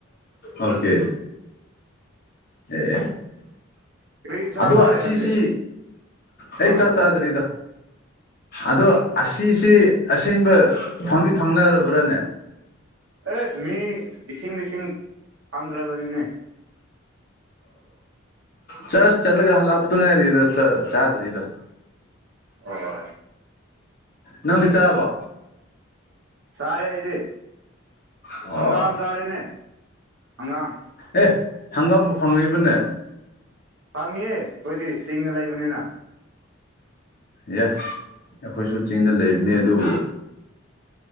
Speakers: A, on the left (about 45°); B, on the right (about 65°).
A: ꯑꯣꯀꯦ ꯑꯦ
B: ꯀꯔꯤ ꯏꯟꯁꯥꯡ
A: ꯑꯗꯣ
B: ꯆꯥꯔꯦ
A: ꯁꯤꯁꯤ
B: ꯅꯪꯗꯤ
A: ꯑꯩ
B: ꯑꯥ
A: ꯆꯥꯛ ꯆꯥꯗ꯭ꯔꯤꯗ ꯑꯗꯣ ꯑꯁꯤ ꯁꯤ ꯑꯁꯦꯡꯕ ꯐꯪꯗꯤ ꯐꯪꯅꯔꯕ꯭ꯔꯥꯅꯦ
B: ꯑꯦꯁ ꯃꯤ ꯂꯤꯁꯤꯡ ꯂꯤꯁꯤꯡ ꯐꯪ ꯀꯔꯥꯕꯅꯤꯅꯦ
A: ꯆꯔꯠꯁ ꯆꯂꯒ ꯍꯜꯂꯛꯄꯗ ꯉꯥꯏꯔꯤꯗ ꯆ ꯆꯥꯗꯔꯤꯗ
B: ꯑꯣ
A: ꯅꯪꯗꯤ ꯆꯥꯕꯣ
B: ꯆꯥꯔꯦ ꯑꯩꯗꯤ
A: ꯑꯣ
B: ꯍꯪꯒꯥꯝ ꯆꯔꯦꯅꯦ ꯑꯪꯒꯥꯝ
A: ꯑꯦ ꯍꯪꯒꯥꯝꯕꯨ ꯐꯪꯔꯤꯕꯅꯦ
B: ꯐꯪꯉꯤꯌꯦ ꯑꯩꯈꯣꯏꯗꯤ ꯆꯤꯡꯗ ꯂꯩꯕꯅꯤꯅ
A: ꯑꯦ ꯑꯩꯈꯣꯏꯁꯨ ꯆꯤꯡꯗ ꯂꯩꯕꯅꯤ ꯑꯗꯨꯕꯨ